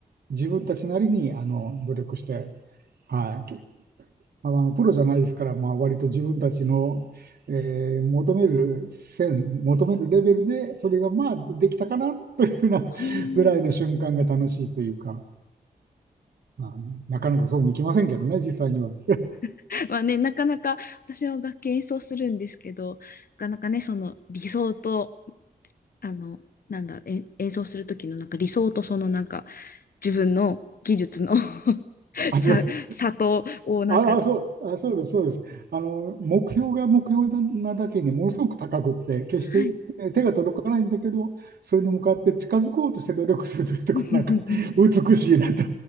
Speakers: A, on the right (about 75°); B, on the left (about 65°).
A: う、自分たちなりに、あの、努力して、はい。けまあの、プロじゃないですから、まあ、割と自分たちの、えー求める線、求めるレベルで、それが、まあ、できたかな、というふうなぐらいの瞬間が楽しいというか、
B: ほう。
A: まあのなかなかそうもいきませんけどね、実際には。ん
B: <laughs> まあね、なかなか私は楽器演奏するんですけど、なかなかね、その理想と、あの、なんだろう、えん演奏する時のなんか理想とそのなんか自分の技術の <laughs>
A: あ、
B: 差、
A: 違う
B: 差とをなんか、
A: ああ、そう、あ、そうです、そうです。あの、目標が目標なだけにものすごく高くって、決してえ手が届かないんだけど、
B: はい。
A: それに向かって近づこうとして努力するというところなんか
B: <laughs>
A: 美しいなと。